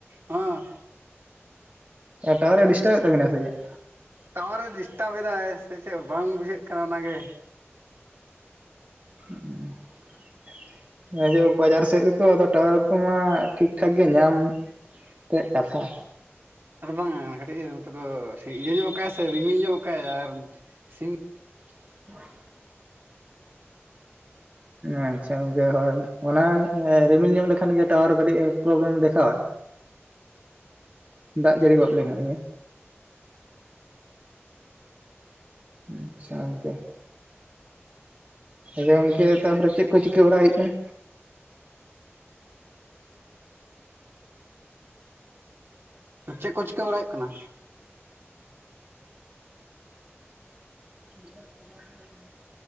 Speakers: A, on the right (about 55°); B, on the right (about 30°).
A: ᱦᱮᱸ᱾
B: ᱴᱟᱣᱟᱨᱮ ᱰᱤᱥᱴᱟᱨᱮᱫ ᱛᱟᱵᱮᱱᱟ ᱥᱮ ᱪᱮᱫ?
A: ᱴᱟᱣᱟᱨᱮ ᱰᱤᱥᱴᱟᱵᱽ ᱮᱫᱟᱭ ᱥᱮ ᱪᱮᱫ ᱵᱟᱝ ᱵᱩᱡᱷᱟᱹᱜ ᱠᱟᱱᱟ ᱚᱱᱟᱜᱮ᱾
B: ᱦᱮᱸ <inaudible> ᱦᱮᱸ ᱡᱮ ᱵᱟᱡᱟᱨ ᱥᱮᱫ ᱨᱮᱛᱚ ᱟᱫᱚ ᱴᱟᱣᱟᱨ ᱠᱚᱢᱟ ᱴᱷᱤᱠ ᱴᱷᱟᱠ ᱜᱮ ᱧᱟᱢᱼᱼ ᱛᱮᱜ ᱠᱟᱛᱷᱟ᱾
A: ᱟᱫᱚ ᱵᱟᱝᱟ ᱠᱟᱹᱴᱤᱡ ᱱᱚᱜ ᱫᱚ ᱤᱭᱟᱹ ᱧᱚᱜ ᱠᱟᱜᱟᱭ ᱥᱮ ᱨᱤᱢᱤᱞ ᱧᱚᱜ ᱠᱟᱜᱟᱭ ᱟᱨ ᱥᱤᱼᱼ
B: <unintelligible> ᱟᱪᱪᱷᱟ ᱜᱚᱝᱠᱮ ᱦᱳᱭ ᱚᱱᱟ ᱨᱤᱢᱤᱞ ᱧᱚᱜ ᱞᱮᱠᱷᱟᱱ ᱜᱮ ᱴᱟᱣᱟᱨ ᱠᱟᱹᱴᱤᱡ ᱯᱨᱚᱵᱞᱮᱢ ᱫᱮᱠᱷᱟᱣᱟ᱾ ᱫᱟᱜ ᱡᱟᱹᱲᱤ ᱜᱚᱫ ᱞᱮᱠᱷᱟᱱ ᱜᱮ᱾ ᱟᱪᱪᱷᱟ ᱜᱚᱝᱠᱮ᱾ ᱟᱫᱚ ᱜᱚᱝᱠᱮ ᱛᱟᱨᱯᱚᱨᱮ ᱪᱮᱫ ᱠᱚ ᱪᱤᱠᱟᱹ ᱵᱟᱲᱟ ᱦᱩᱭᱩᱜ ᱠᱟᱱᱟ?
A: ᱪᱮᱫ ᱠᱚ ᱪᱤᱠᱟᱹ ᱵᱟᱲᱟᱭ ᱦᱩᱭᱩᱜ ᱠᱟᱱᱟ,
B: <inaudible>